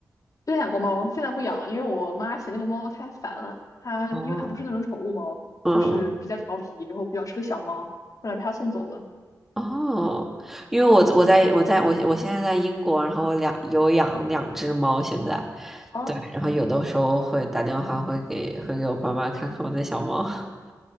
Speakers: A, on the left; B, in the centre.
A: 之前养过猫，现在不养了，因为我妈嫌那个猫太烦了。它因为它不是那种宠物猫，
B: 哦，嗯嗯
A: 就是比较调皮，然后比较是个小猫，后来被她送走了。
B: 哦，哦，因为我我在我在我我现在在英国，
A: 我
B: 然后我两有养两只猫，现在。
A: 哦
B: 对，然后有的时候会打电话，会给会给我爸妈看看我的小猫。<laughs>